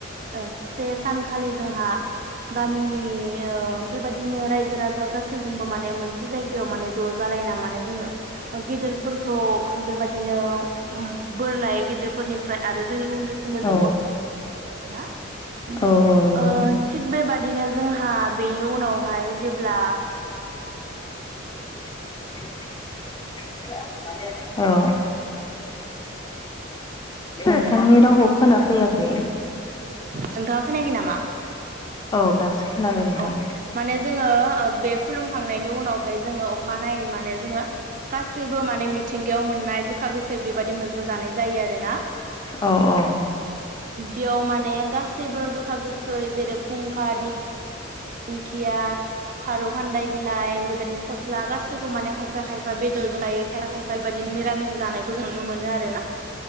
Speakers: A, on the right; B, on the left.
A: ओ से सानखालि जोंहा गामिनि ओ बेबायदिनो रायजो राजा गासैजोंबो माने मोनसे जायगायाव माने ज' जालायना माने जोङो गेदेरफोरखौ बेबायदिनो बोर लाय गेदेर। फोरनिफ्राय आरो जोंनि उन्दैफोरनो
B: औ
A: जों अननाय होनाय जायो खोनादोना।
B: औ नंगौ
A: ओ थिग बेबादिनो जोंहा बेनि उनावहाय जेब्ला।
B: <unintelligible> औ <unintelligible> नोंथांनि रावखौ खोना फैयाखै।
A: नोंथाङा खोनायाखै नामा?
B: औ दासो। खोनाबाय नोंथां
A: औ माने जोङो बे खुलुमखांनायनि उनावहाय जोङो अखानायै माने जोङो गासैबो माने मिथिंगायाव मोननाय गोखा गोखै बेबायदि मैगं जानाय जायो आरोना
B: औ औ
A: बेयाव माने गासैबो गो गोखा गोखै जेरै खुंखा दिं दिंखिया खारौ खान्दाय बिलाइ बेबायदिनो फस्ला गाैखौबो माने खायफा खायफा बेदरजों जायो खायफा खायफा बेबायादिनो मिरामि जानायखौ जों नुनो मोनो आरो ना